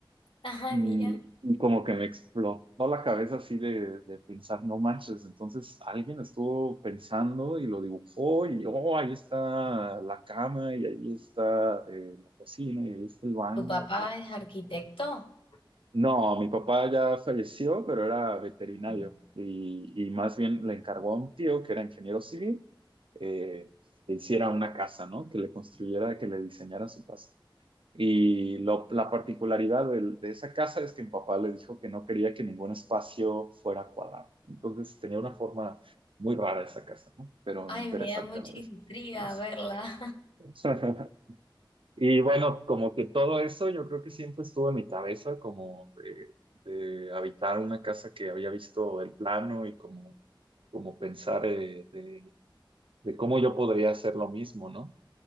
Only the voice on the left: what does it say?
Ajá,
mira.
¿Tu papá es arquitecto?
No.
Ay,
me da mucha
intriga
verla.